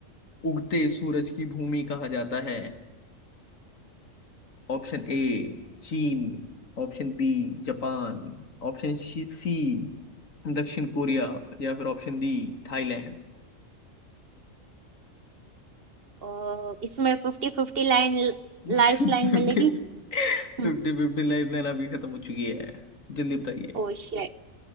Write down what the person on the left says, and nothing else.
उगते सूरज की भूमि कहा जाता है ऑप्शन ए चीन Option B Japan Option C दक्षिण कोरिया या फिर option D Thailand
Fifty
fifty fifty lifeline आपकी खत्म हो चुकी है जल्दी बताइए